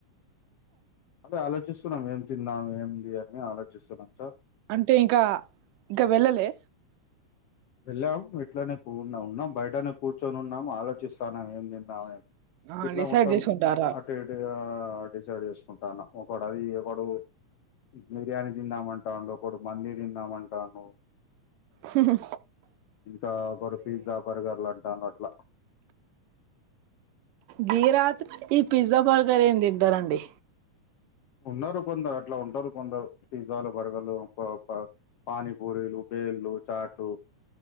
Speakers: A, on the left; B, on the right.
A: అదే ఆలోచిస్సున్నాం ఏం తిందాం ఏంది అని ఆలోచిస్సున్నాం సార్
B: అంటే ఇంకా ఇంకా వెళ్ళలే
A: వెళ్ళాం ఇట్లనే కూ ఉన్నాం నాం బయటనే కూర్చొని ఉన్నాం ఆలోచిస్సాన్నం ఏం నిన్నాయ
B: ఆహా,
A: ఇట్లా
B: డిసైడ్
A: మొత్తం
B: చేసుకుంటారా
A: టేటుగా డిసైడ్ ఏసుకుంటనన్ ఒకడు అదీ ఒకడు బిర్యానీ దిందాం అంటాండు ఒకడు మందీ దిందామంటాండు
B: హుహు
A: ఇంకా ఒకరు పిజ్జా బర్గర్లు అంటాన్ల్ అట్ల
B: గీ రాత్ ఈ పిజ్జా బర్గర్ ఏం దింటారండి
A: ఉన్నారు కొందరు అట్లా ఉంటారు కొందరు పిజ్జాలు బర్గర్లు పా పా పానీపూరీలు బేళ్లు చాట్లు